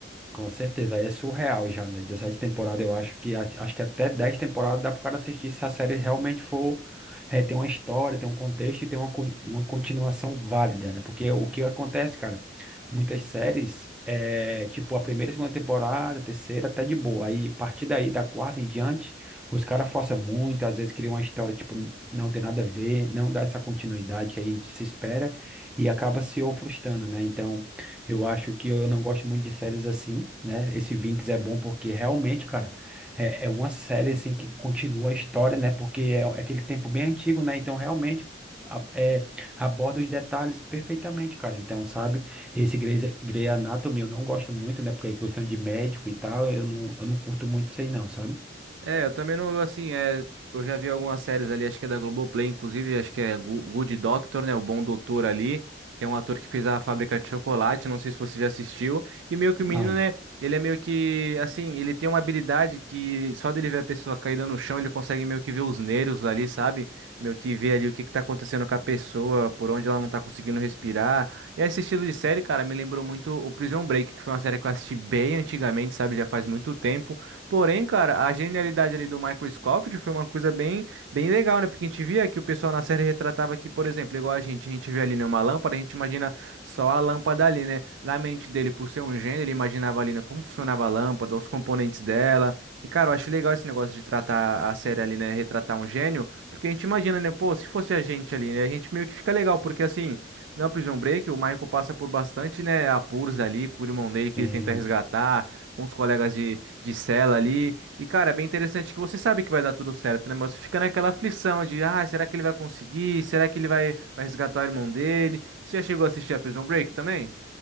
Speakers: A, in the centre; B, on the right.
A: Com certeza, aí é surreal já, né? dezessete temporadas, eu acho que at- acho que até 10 temporadas dá pro cara assistir se a série realmente for é, tem uma história, tem um contexto e tem uma, con- uma continuação válida, né? Porque o que acontece, cara, muitas séries é tipo a primeira, segunda temporada, terceira, até de boa. Aí, a partir daí, da quarta em diante, os caras forçam muito, às vezes criam uma história, tipo, n- não tem nada a ver, não dá essa continuidade que a gente se espera e acaba se ou frustrando, né? Então. Eu acho que eu não gosto muito de séries assim, né? Esse Vinx é bom porque realmente, cara, é, é uma série assim que continua a história, né? Porque é, é aquele tempo bem antigo, né? Então realmente a- é, aborda os detalhes perfeitamente, cara. Então, sabe, esse Grey's, Grey Anatomy eu não gosto muito, né? Porque é questão de médico e tal, eu não, eu não curto muito isso aí não, sabe?
B: É, eu também não, assim, é, eu já vi algumas séries ali, acho que é da Globoplay, inclusive, acho que é Go- Good Doctor, né, o Bom Doutor ali, que é um ator que fez a Fábrica de Chocolate, não sei se você já assistiu, e meio que
A: Não.
B: o menino, né, ele é meio que, assim, ele tem uma habilidade que só dele ver a pessoa caída no chão, ele consegue meio que ver os nervos ali, sabe? Meio que ver ali o que que tá acontecendo com a pessoa, por onde ela não tá conseguindo respirar. E esse estilo de série, cara, me lembrou muito o Prison Break, que foi uma série que eu assisti bem antigamente, sabe, já faz muito tempo, Porém, cara, a genialidade ali do Michael Scofield foi uma coisa bem, bem legal, né? Porque a gente via que o pessoal na série retratava que, por exemplo, igual a gente, a gente vê ali, né, uma lâmpada, a gente imagina só a lâmpada ali, né? Na mente dele, por ser um gênio, ele imaginava ali, né, como funcionava a lâmpada, os componentes dela. E, cara, eu acho legal esse negócio de tratar a série ali, né? Retratar um gênio, porque a gente imagina, né? Pô, se fosse a gente ali, né? A gente meio que fica legal, porque assim, na Prison Break, o Michael passa por bastante, né, apuros ali, com o irmão dele que
A: Sim.
B: ele tenta resgatar, com os colegas de de cela ali. E, cara, é bem interessante que você sabe que vai dar tudo certo, né? Mas você fica naquela aflição de, ah, será que ele vai conseguir? Será que ele vai, vai resgatar o irmão dele? Você já chegou a assistir a Prison Break também?